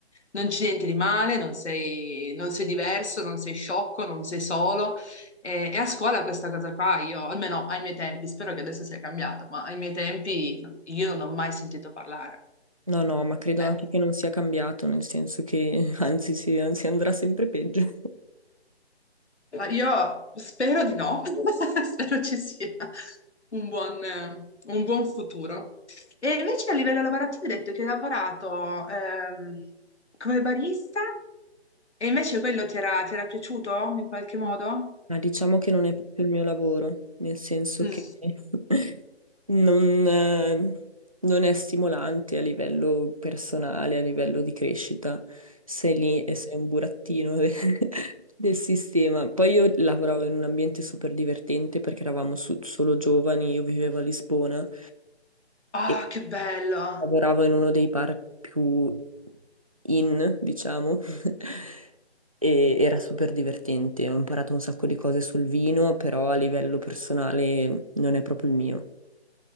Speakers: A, on the left; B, on the right.
A: non c'è niente di male, non sei, non sei diverso, non sei sciocco, non sei solo. E, e a scuola questa cosa qua, io, almeno ai miei tempi, spero che adesso sia cambiato, ma ai miei tempi io non ho mai sentito parlare.
B: No, no, ma credo
A: Eh,
B: anche che non sia cambiato, nel senso che <laughs> anzi, si, anzi andrà sempre peggio. <laughs>
A: Ma Io spero di no, <laughs> spero ci sia un buon, eh, un buon futuro. E invece a livello lavorativo hai detto che hai lavorato ehm, come barista e invece quello ti era, ti era piaciuto in qualche modo?
B: Ma diciamo che non è proprio il mio lavoro, nel senso
A: Mm.
B: che <laughs> non, eh, non è stimolante a livello personale, a livello di crescita. Sei lì e sei un burattino de- <laughs> del sistema. Poi io lavoravo in un ambiente super divertente perché eravamo su- solo giovani, io vivevo a Lisbona
A: Ah,
B: e
A: che bello!
B: lavoravo in uno dei bar più in, diciamo. <laughs> e era super divertente. Ho imparato un sacco di cose sul vino, però a livello personale non è proprio il mio.